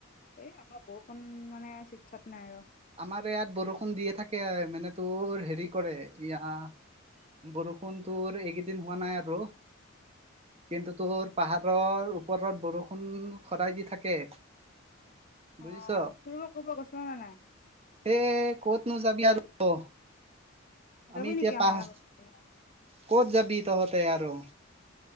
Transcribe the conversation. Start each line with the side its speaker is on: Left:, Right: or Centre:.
Left: এই আমাৰ বৰষুণ মানে চিত চাত নাই আৰু।
Right: আমাৰ ইয়াত বৰষুণ দিয়ে থাকে মানে তোৰ হেৰি কৰে ইয়া বৰষুণ তোৰ এইকেইদিন হোৱা নাই আৰু। কিন্তু তোৰ পাহাৰৰ ওপৰত বৰষুণ সদায় দি থাকে। বুজিছ।
Left: অ ফুৰিব কৰিব গৈছ নে নাই?
Right: এ ক'তনো যাবি আৰু
Left: যাবি
Right: আমি এতিয়া
Left: নেকি আমাৰ
Right: পাহ
Left: লগত
Right: ক'ত যাবি তহঁতে আৰু?